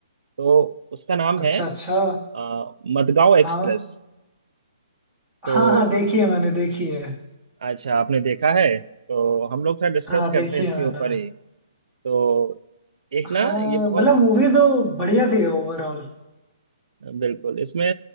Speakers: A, on the right; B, on the right.
A: तो उसका नाम
B: अच्छा
A: है
B: अच्छा
A: अ, मडगांव एक्सप्रेस
B: हाँ
A: तो
B: हाँ हाँ देखी है मैंने देखी है
A: अच्छा आपने देखा है तो हम लोग थोड़ा डिस्कस
B: हाँ
A: करते
B: देखी
A: हैं इसके
B: है मैंने
A: ऊपर ही तो एक
B: हाँ
A: ना ये बहुत
B: मतलब मूवी तो बढ़िया थी ओवरऑल
A: बिल्कुल इसमें